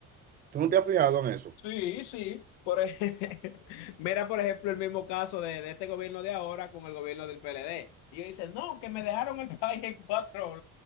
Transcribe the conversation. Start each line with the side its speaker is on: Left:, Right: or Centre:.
Right: ¿Tú no te has fijado en eso?
Left: Sí, sí. Por ej- <laughs> Mira, por ejemplo, el mismo caso de, de este gobierno de ahora con el gobierno del PLD. Y ellos dicen, no, que me dejaron el país en cuatro